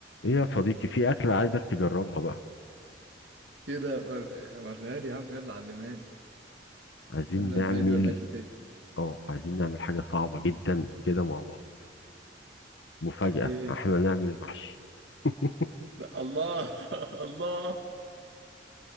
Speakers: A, on the left; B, on the right.
A: ايه يا صديقي في أكلة عايزك تجربها بقى
B: ايه ده ور- وريها لي يا عم يلا علماني
A: عايزين
B: تعملها
A: نعمل
B: ازاي دي ولا اكلة ايه
A: اه عايزين نعمل حاجة صعبة جدا كده مع بعض مفاجأة
B: ايه
A: احنا
B: هي
A: نعمل محشي <laughs>
B: بقى الله <laughs> الله